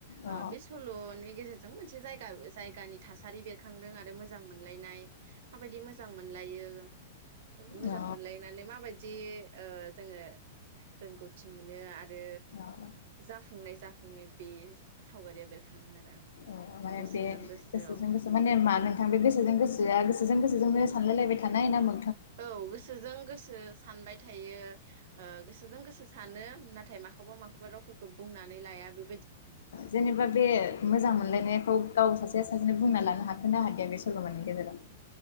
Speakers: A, on the right (about 60°); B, on the left (about 65°).
A: ओ
B: अ
A: बे सल'नि गेजेरजों मोनसे जायगा जायगानि थासा सारि बेरखांदों आरो मोजां मोनलायनाय माबायदि मोजां मोनलायो मोजां
B: अ
A: मोनलायनानै माबाय दि ओ जोङो रोंगौथि मोनो आरो
B: अ अ
A: जाफुंनाय जाफुङो बे सावगारिया बेरखाङो आरो आं
B: अ माने
A: गोसोजों
B: बे
A: गोसोआव
B: गोसोजों गोसो माने मा नोंथां बे गोसोजों गोसोआ गोसोजों गोसोजोंनो सानलायलायबाय थानाय ना मो
A: औ गोसोजों गोसो सानबाय थायो ओ गोसोजों गोसो सानो नाथाय माखौबा माखौबा रावफोरखौ बुंनानै लाया बे
B: जेनेबा बे मोजां मोनलायनायखौ
A: उम
B: गाव सासेया सासेनो बुंना लानो हाखोना हा या बे सलमानि गेजेराव